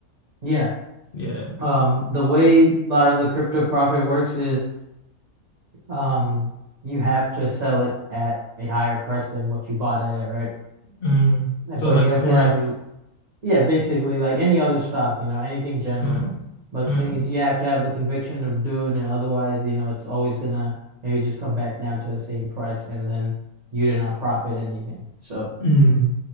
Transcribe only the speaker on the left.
Yeah.
Mm.
So like
forex.
Mm.
Mm.
Mm.